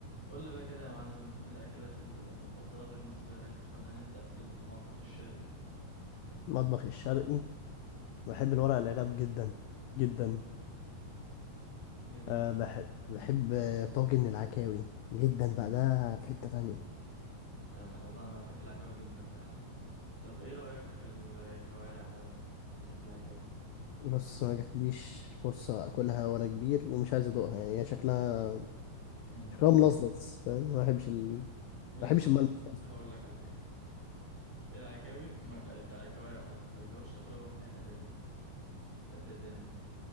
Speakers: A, in the centre; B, on the left.
A: قول لي بقى كده يا معلم ايه الاكلات المفضله بالنسبه لك خلينا نبدا بالمطبخ الشرقي
B: المطبخ الشرقي بحب الورق العنب جدا جدا
A: جميل
B: أه بحب بحب آه، طاجن العكاوي جدا بقى ده في حتة تانية
A: فعلا والله انا بحب العكاوي جدا فعلا طب ايه رايك في الكوارع بقى ده بتحب العكاوي
B: بص ما جاتليش فرصة أكلها وأنا كبير ومش عايز أدوقها يعني هي شكلها
A: امم
B: شكلها ملظلظ فاهم ما بحبش ال... ما
A: بص
B: بحبش
A: هقول
B: الملمس
A: لك
B: ده أصلا
A: هقول لك على حاجه العكاوي ما... الك- الكوارع قصدي ما تجربش تاكلها لوحدها ابدا ابدا